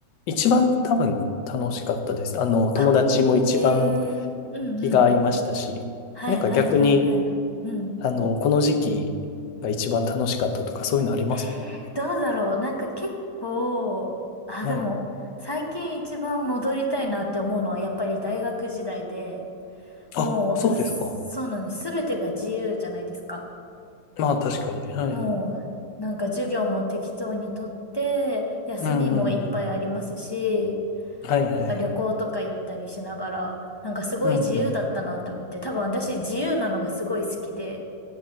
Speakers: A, on the left; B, on the left.
A: 一番多分楽しかったです。あの、友達も一番
B: あ、ええうんうん。
A: 気が合いましたし、
B: はいはいはいはい。
A: なんか逆に、
B: うん。
A: あの、この時期が一番楽しかったとか、そういうのあります。
B: ええどうだろう。なんか結構、あ、
A: はい。
B: でも、最近一番戻りたいなって思うのはやっぱり大学時代で、もう、
A: あ、そうですか。
B: そうなんです。すべてが自由じゃないですか。
A: まあ確かに。はい。
B: もう、なんか授業も適当にとって、休みもいっぱいありますし、
A: うんうんうん。はいはいはい。
B: なんか旅行とか行ったりしながら、なんかすごい自由だったなって思って、
A: うんうん。
B: 多分私自由なのがすごい好きで、